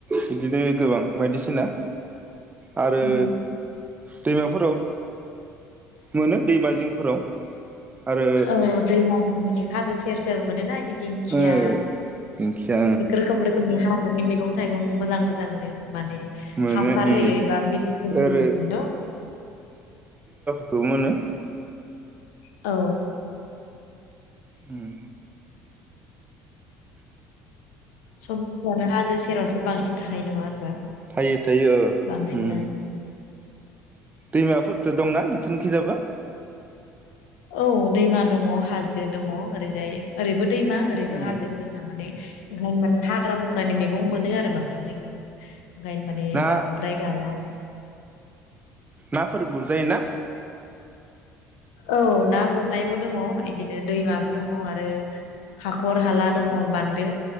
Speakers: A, on the right (about 25°); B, on the left (about 70°).
A: बिदिनो गोबां बायदिसिना आरो
B: औ
A: दैमाफोराव मोनो दैमा जिंफोराव। आरो
B: औ दैमा जिं जिं हाजो से सेर सेर मोनो ना इदि दिंखिया
A: ओ दिंखिया
B: रोखोम रोखोमनि हाग्रानि मैगं मैगं थाइगं मोजां मोजांनो माने
A: मोनो
B: हासार
A: उम
B: होयै बा मिदिसिन
A: ओरै
B: होयै मोन'
A: खौबो मोनो
B: औ
A: उम
B: सम फ्रानो हाजो सेरावसो बांसिन थाखायो नङा होनबा
A: थायो थायो ओ
B: बांसिनानो
A: उम दैमाफोरदो दंना नोंसोरनिखिजाबो
B: औ दैमा दङ हाजो दङ ओरैजाय ओरैबो दैमा ओरैबो
A: ओ
B: हाजों
A: ओ
B: जोंना माने ओंखायनो माने हाग्रा बंग्रानि मैगं मोनो आरो बांसिन जोंनियाव। ओंगायनो माने
A: ना
B: बांद्राय गाया।
A: नाफोर गुरजायो ना?
B: औ ना गुरनायबो दङ इदिनो दैमाबो दङ आरो हाखर हाला दङ बान्दो